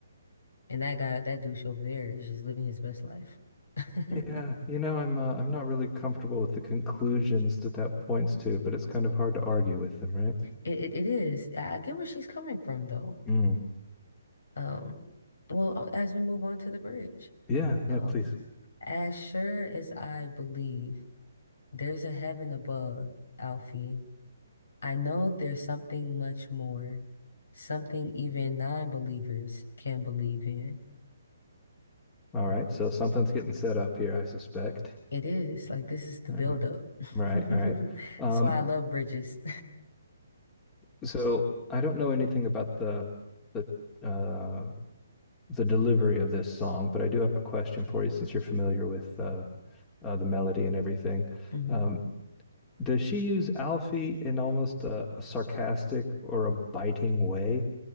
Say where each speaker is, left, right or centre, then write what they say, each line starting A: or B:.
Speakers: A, on the left; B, on the left.
A: And that guy, that douche over there is just living his best life. <laughs>
B: Yeah, you know, I'm uh, I'm not really comfortable with the conclusions that that points to, but it's kind of hard to argue with them, right?
A: It, it it is. I get where she's coming from though.
B: Mm.
A: Um, well, as we move on to the bridge,
B: Yeah,
A: um,
B: yeah, please.
A: as sure as I believe there's a heaven above, Alfie, I know there's something much more, something even non-believers can believe in.
B: All right, so something's getting set up here, I suspect.
A: It is like this is the
B: All
A: buildup.
B: right,
A: <laughs>
B: right, all right. Um,
A: That's why I love bridges.
B: so I don't know anything about the the uh, the delivery of this song, but I do have a question for you since you're familiar with uh, uh, the melody and everything.
A: <laughs> hmm
B: Um, does she use Alfie in almost a, a sarcastic or a biting way,